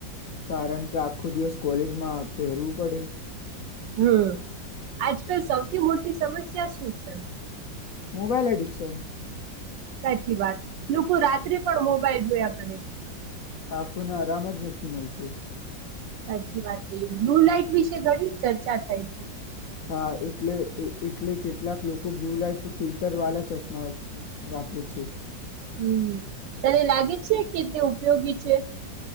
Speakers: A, on the left; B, on the right.
A: કારણ કે આખો, દિવસ કોલેજમાં પહેરવું પડે.
B: હમ, આજકાલ સૌથી મોટી સમસ્યા શું છે?
A: Mobile, addiction.
B: સાચી વાત, લોકો રાત્રે પણ મોબાઈલ જોયા કરે છે.
A: આખોને આરામજ નથી મળતું.
B: સાચી વાત છે, બ્લુ લાઈટ વિશે ઘણી ચર્ચા થાય છે.
A: હા, એટલે એટલે કેટલાક લોકો બ્લુ લઇટ ફિલ્ટર વાળા ચશ્મા, વાપરે છે.
B: હમ, તને લાગે છે કે તે ઉપયોગી છે?